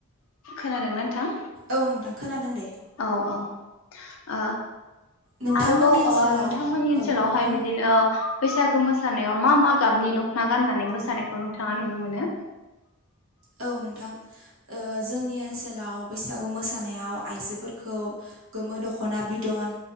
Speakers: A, on the left; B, on the right.
A: खोनादोंना नोंथां?
B: औ नोंथां खोनादों दे
A: औ औ ओ
B: नोंथांमोननि
A: आरोबाव
B: ओनसोलाव
A: ओ नोंथांमोननि ओनसोलावहाय
B: औ बुं
A: बिदिनो ओ बैसागु मोसानायाव मा मा गाबनि दख'ना गाननानै मोसानायखौ नोंथाङा नुनो मोनो
B: औ नोंथां जोंनि ओनसोलाव बैसागु मोसानाय जानायाव आइजोफोरखौ गोमो दख'ना बिदन